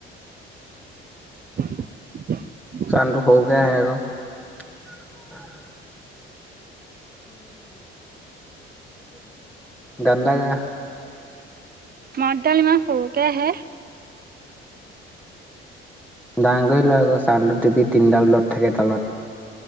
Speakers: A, on the right; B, in the centre.
A: <unintelligible>
B: চানটো সৰুকে আহে আকৌ। <unintelligible> গান এটা গা।
A: মাতডাল ইমান সৰুকে আহে।
B: ডাঙ কৰি লোৱা আক চানটো টিপি তিনিডাল থাকে তলত।